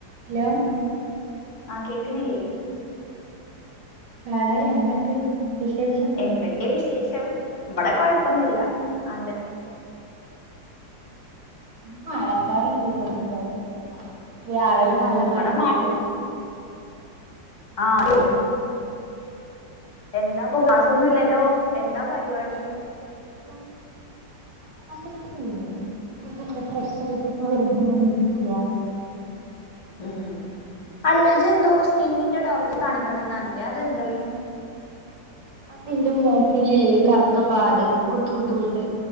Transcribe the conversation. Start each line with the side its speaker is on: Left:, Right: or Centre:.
Right: Hello
Left: ആ കേക്ക്ണില്ലേ
Right: ന്നറയെ എന്ത്ണ്ട് വിശേഷം
Left: എന്തൊക്കെ വിശേഷം ഇവടെ കൊഴപ്പൊന്നുല്ല അന്റെ
Right: മഴക്കാർണ്ട് ചെർതായിട്ട് രാവിലെ നല്ല
Left: ഉം ഇവിടെ
Right: മഴ പെയ്ത്
Left: ആ <unintelligible> എന്താപ്പൊ ക്ലാസൊന്നുംല്ലല്ലോ എന്താ പരിവാടി
Right: <unintelligible> ക്ലാസൊന്നും ഇല്ല ഇപ്പം ന്ത ഫ്രഷായിട്ട് ഇപ്പ വെർതെ ഇങ്ങനെ ഇരിക്കാ
Left: ഉം അല്ലജ് ന്തോ സ്കിന്നിന്റെ ഡോക്ട്റേ കാണിക്കണം ന്നർഞ്ഞിലേ അതെന്തായി
Right: അതിന്റെ മൂക്കിൽല്ലേ ഒരു കറുത്തപ്പാട് കുത്ത് കുത്ത് കുത്ത്